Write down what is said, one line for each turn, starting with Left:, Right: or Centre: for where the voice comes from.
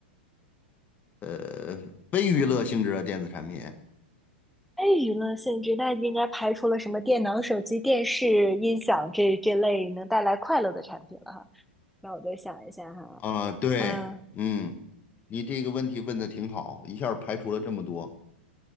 Left: 呃，非娱乐性质的电子产品。
Centre: 非娱乐性质，那应该排除了什么电脑、手机、电视、音响这这类能带来快乐的产品了哈。那我再想一下哈，
Left: 啊，对，
Centre: 嗯、
Left: 嗯，你这个问题问的挺好，一下儿排除了这么多，